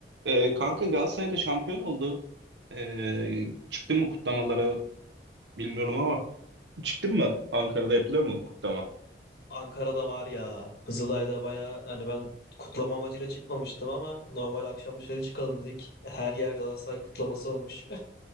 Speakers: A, on the right; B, on the left.
A: Ee, kanka Galatasaray'da şampiyon oldu. Ee, çıktın mı kutlamalara bilmiyorum ama çıktın mı? Ankara'da yapılıyor mu kutlama?
B: Ankara'da var ya. Kızılay'da baya hani ben kutlama amacıyla çıkmamıştım ama normal akşam dışarı çıkalım dedik. Her yer Galatasaray kutlaması olmuş. <laughs>